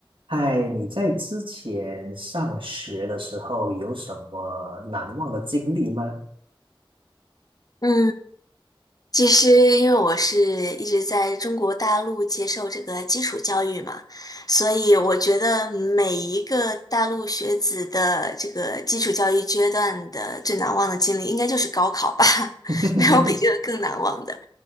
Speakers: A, on the right; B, on the left.
A: 嗨，你在之前上学的时候有什么难忘的经历吗？
B: 嗯，其实因为我是一直在中国大陆接受这个基础教育嘛，所以我觉得每一个大陆学子的这个基础教育阶段的最难忘的经历，应该就是高考吧，<laughs>
A: <laughs>
B: 没有比这个更难忘的。